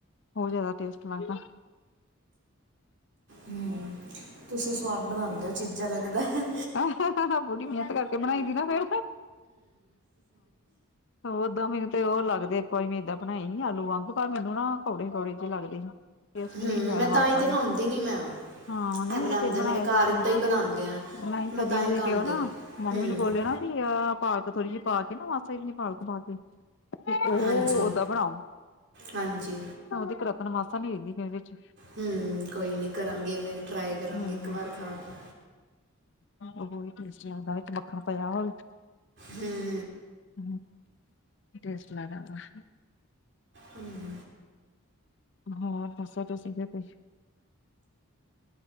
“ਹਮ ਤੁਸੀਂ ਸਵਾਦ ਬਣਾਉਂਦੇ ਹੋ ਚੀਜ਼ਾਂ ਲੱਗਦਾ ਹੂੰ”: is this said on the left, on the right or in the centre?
Right